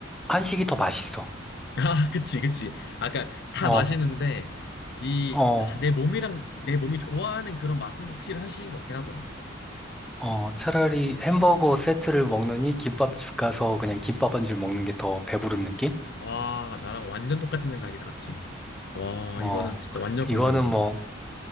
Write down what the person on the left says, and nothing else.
<laughs> 아, 그치, 그치. 아까 다
맛있는데 이
내 몸이랑 내 몸이 좋아하는 그런 맛은 확실히 한식인 것 같긴 하더라.
와, 나랑 완전 똑같은 생각이다, 같이. 와,
이거는 진짜 완전 공감이다.